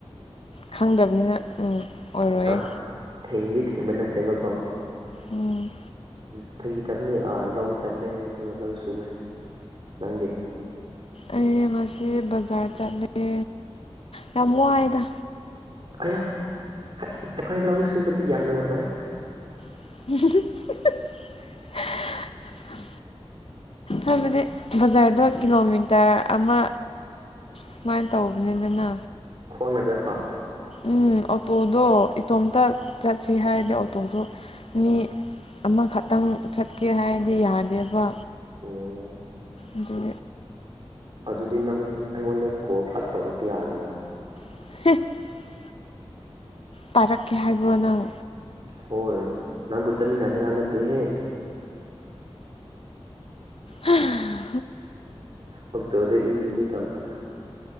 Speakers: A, on the left (about 65°); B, on the right (about 55°).
A: ꯈꯪꯗꯕꯅꯤꯅ ꯎꯝ ꯑꯣꯏꯔꯣꯏꯌꯦ
B: ꯑꯥ ꯊꯤꯡꯗꯤ ꯊꯤꯡꯕ ꯅꯠꯇꯦꯕꯀꯣ
A: ꯎꯝ
B: ꯎꯝ ꯐꯪꯈꯤꯗꯕꯅꯤ ꯂꯧ ꯆꯜꯂꯦ ꯑꯗꯨꯒ ꯂꯧ ꯁꯨꯋꯦ ꯅꯪꯗꯤ
A: ꯑꯩ ꯉꯁꯤ ꯕꯖꯥꯔ ꯆꯠꯂꯦ ꯌꯥꯝ ꯋꯥꯏꯗ
B: ꯑꯌꯣ ꯑꯩꯈꯣꯏ ꯂꯧ ꯁꯨꯕꯗꯤ ꯌꯥꯝ ꯅꯨꯡꯉꯉꯥꯏ
A: <unintelligible> ꯍꯥꯏꯕꯗꯤ ꯕꯖꯥꯔꯗꯣ ꯀꯤꯂꯣꯃꯤꯇꯔ ꯑꯃ ꯁꯃꯥꯏꯅ ꯇꯧꯒꯅꯤꯗꯅ
B: ꯐꯣꯡꯅ ꯆꯠꯄ
A: ꯎꯝ ꯑꯣꯇꯣꯗꯣ ꯏꯇꯣꯝꯇ ꯆꯠꯁꯤ ꯍꯥꯏꯔꯗꯤ ꯑꯣꯇꯣꯗꯣ ꯃꯤ ꯑꯃꯈꯛꯇꯪ ꯆꯠꯀꯦ ꯍꯥꯏꯔꯗꯤ ꯌꯥꯗꯦꯕ
B: ꯑꯝ
A: ꯑꯗꯨ
B: ꯑꯗꯨꯗꯤ ꯅꯪ ꯑꯩꯉꯣꯟꯗ ꯀꯣꯜ ꯐꯠ ꯇꯧꯔꯛꯄ ꯌꯥꯗ꯭ꯔꯣ
A: <inaudible> ꯄꯥꯔꯛꯀꯦ ꯍꯥꯏꯕ꯭ꯔꯣ ꯅꯪ
B: ꯍꯣꯏ ꯅꯪꯕꯨ ꯆꯠꯃꯤꯟꯅꯅꯤꯉꯥꯏ ꯅꯠꯇꯦꯍꯦ
A: ꯍꯝ
B: ꯑꯣꯛꯇꯣꯗ ꯏꯟꯗꯤꯒꯦ ꯇꯧꯕ